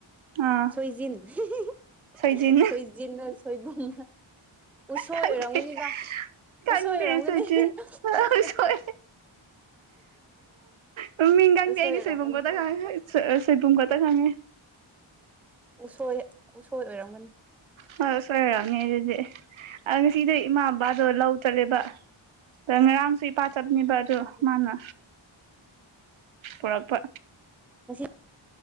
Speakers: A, on the right; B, in the centre.
A: ꯑꯥ
B: ꯁꯣꯏꯖꯤꯟ <unintelligible>
A: ꯁꯣꯏꯖꯤꯟ
B: ꯁꯣꯏꯖꯤꯟ ꯅ ꯁꯣꯏꯕꯨꯝ꯫ ꯎꯁꯣꯏ
A: ꯈꯪꯗꯦ
B: ꯑꯣꯏꯔꯝꯒꯅꯤꯗ
A: ꯈꯪꯗꯦ
B: ꯎꯁꯣꯏ ꯑꯣꯏꯔꯝꯒꯅꯤ
A: ꯁꯣꯏꯖꯤꯟ
B: ꯑꯌꯣ ꯌꯣ ꯌꯣ꯫
A: ꯁꯣꯏ ꯃꯃꯤꯡ ꯈꯪꯗꯦ
B: ꯎꯁꯣꯏ
A: ꯑꯩꯗꯤ
B: ꯑꯣꯏꯔꯝꯒꯅꯤ
A: ꯁꯣꯏꯕꯨꯝ ꯈꯛꯇꯪ ꯁꯣꯢ ꯑ ꯁꯣꯢꯕꯨꯝ ꯈꯇꯪ ꯍꯥꯢꯕꯅꯤ
B: ꯎꯁꯣꯏ ꯎꯁꯣꯏ ꯑꯣꯏꯔꯝꯒꯅꯤ꯫
A: ꯍꯣꯏ ꯎꯁꯣꯏ ꯑꯣꯢꯔꯝꯅꯤ ꯑꯗꯨꯗꯤ ꯑ ꯉꯁꯤꯗꯤ ꯏꯃꯥ ꯕꯥꯗꯣ ꯂꯧ ꯆꯠꯂꯦꯕ꯫ ꯉꯔꯥꯡꯁꯨ ꯏꯄꯥ ꯆꯠꯄꯅꯦꯕ ꯑꯗꯨ
B: ꯑꯗꯨꯗꯤ
A: ꯃꯥꯅ ꯄꯣꯔꯛꯄ꯫
B: ꯉꯁꯤ꯫